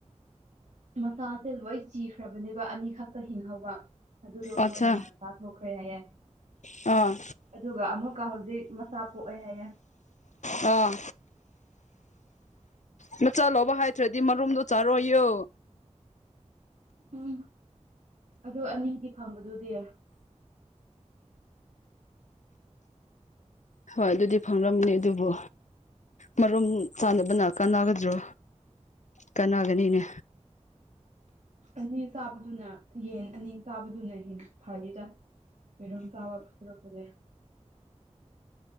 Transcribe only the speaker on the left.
ꯑꯠꯆꯥ
ꯑꯥ
ꯑꯥ ꯅ ꯆꯠꯂꯣꯕ ꯍꯥꯏꯗ꯭ꯔꯗꯤ ꯃꯔꯨꯝꯗꯣ ꯆꯥꯔꯣꯏꯌꯨ
ꯍꯣꯏ ꯑꯗꯨꯗꯤ ꯐꯪꯔꯝꯅꯤ ꯑꯗꯨꯕꯨ ꯃꯔꯨꯝ ꯆꯥꯅꯕꯅ ꯀꯥꯟꯅꯒꯗ꯭ꯔꯣ ꯀꯥꯟꯅꯒꯅꯤꯅꯦ